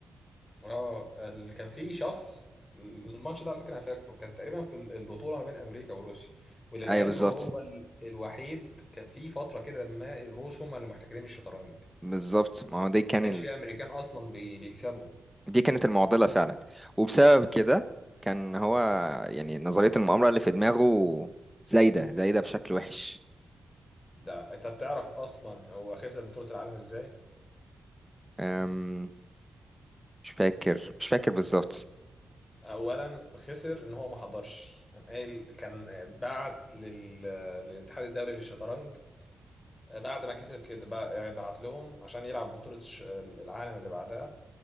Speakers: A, on the left; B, in the centre.
A: اه ال- كان في شخص الماتش ده على فكره انا فاكره كان تقريبا في ال- البطوله ما بين امريكا وروسيا وللعلم
B: ايوه بالظبط
A: هو ال- الوحيد كان في فتره كده ما الروس هم اللي محتكرين الشطرنج ما
B: بالظبط ما هو دي كان
A: كانش في امريكان اصلا بي- بيكسبوا
B: دي كانت المعضلة فعلا وبسبب كده كان هو يعني نظرية المؤامرة اللي في دماغه زايدة زايدة بشكل وحش
A: ده انت بتعرف اصلا هو خسر بطوله العالم ازاي
B: أم، مش فاكر مش فاكر بالظبط
A: اولا خسر ان هو ما حضرش قام قايل كان بعت لل... للاتحاد الدولي للشطرنج بعد ما كسب كده بع- بعت لهم عشان يلعب بطوله الش- العالم اللي بعدها